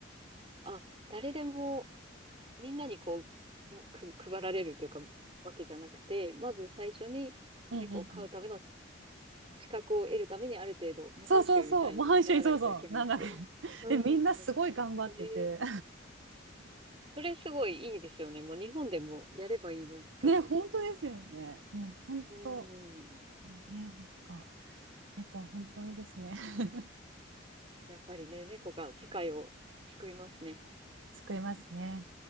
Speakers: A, on the right; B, on the right.
A: あ、誰でも、みんなにこう、く、配られるというか、わけじゃなくて、まず最初に猫を飼うための
B: うんうんうん。
A: 資格を得るために、ある程度、模範囚みたいにならないといけないっていう。
B: そうそうそう、模範主義、そうそう、なんだっけ。<laughs>
A: うん。
B: で、みんなすごい頑張ってて。
A: ええそれすごいいいですよね。もう日本でもやればいいのにって思うけど。
B: <laughs> ね、本当ですよね。もう本当、
A: うん。
B: ね、なんか、猫は本当いいですね。<laughs>
A: やっぱりね、猫が世界を救いますね。
B: 救いますね。